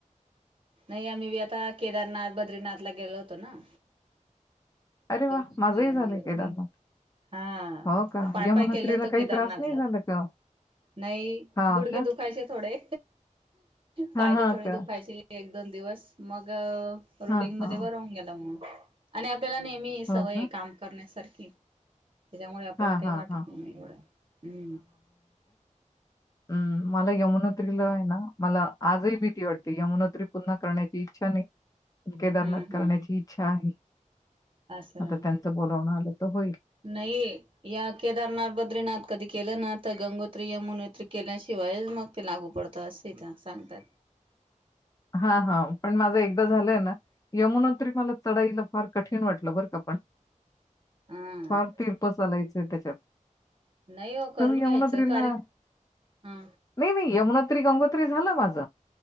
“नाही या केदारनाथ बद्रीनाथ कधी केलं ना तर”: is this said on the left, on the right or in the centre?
Right